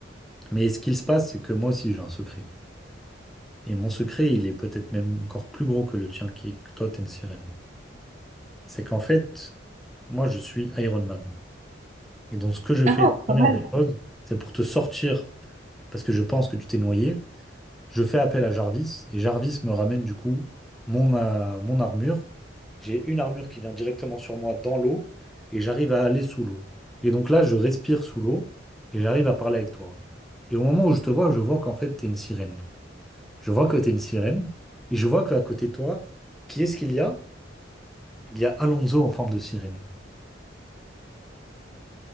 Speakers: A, in the centre; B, on the right.
A: Mais ce qu'il se passe, c'est que moi aussi j'ai un secret. Et mon secret, il est peut-être même encore plus gros que le tien, qui est que toi, t'es une sirène. C'est qu'en fait, moi, je suis Iron Man. Et donc, ce que
B: <laughs>
A: je
B: Ah,
A: fais, la première
B: pas mal.
A: des choses, c'est pour te sortir, parce que je pense que tu t'es noyé, je fais appel à Jarvis, et Jarvis me ramène du coup mon, euh, mon armure. J'ai une armure qui vient directement sur moi dans l'eau, et j'arrive à aller sous l'eau. Et donc là, je respire sous l'eau, et j'arrive à parler avec toi. Et au moment où je te vois, je vois qu'en fait, t'es une sirène. Je vois que tu es une sirène. Et je vois qu'à côté de toi, qui est-ce qu'il y a? Il y a Alonso en forme de sirène.